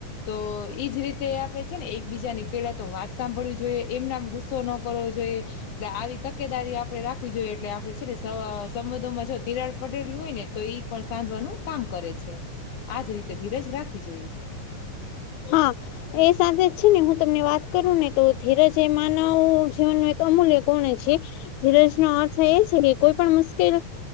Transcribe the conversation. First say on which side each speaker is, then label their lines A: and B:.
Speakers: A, on the left; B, on the left.
A: તો ઈજ રીતે આપડે છે ને એકબીજાની પેલા તો વાત સાંભળવી જોઈએ એમ નામ ગુસ્ સો ન કરવો જોઈએ. આવી તકેદારી આપડે રાખવી જોઈએ એટલે આપણે છે ને સંબંધોમાં જો તિરાડ, <unintelligible> હોય ને તો એ પણ સાંધવાનું કામ કરે છે, આજ રીતે ધીરજ રાખવી જોઈએ.
B: હા એ સાથે જ છે ને હું તમને વાત કરું ને તો, ધીરજ એ માનવ જીવન નું એક અમૂલ્ય ગુણ છે. ધીરજ નો અર્થ એ છે કે કોઈ પણ મુશ્કેલ,